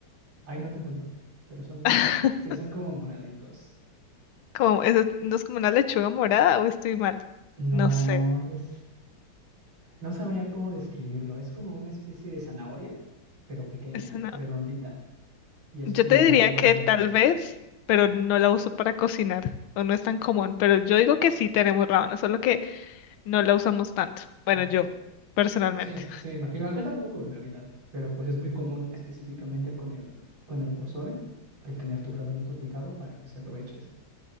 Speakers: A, on the right; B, on the left.
A: ay, no tengo el nombre, pero son,
B: <laughs>
A: sí, son como moraditos.
B: Como, eso, ¿no es como una lechuga morada o estoy mal?
A: No,
B: No sé.
A: es, No sabría cómo describirlo. Es como una especie de zanahoria, pero pequeña,
B: Es una...
A: redondita. Y es
B: Yo
A: como
B: te
A: moradita.
B: diría que tal vez, pero no la uso para cocinar o no es tan común, pero yo digo que sí tenemos rábano, solo que no la usamos tanto. Bueno,
A: Ok,
B: yo,
A: ok.
B: personalmente.
A: Sí, sí, me imagino. Acá tampoco en realidad. Pero pues es muy común específicamente con el, con el pozole, el tener tu rabanito picado para que se lo eches.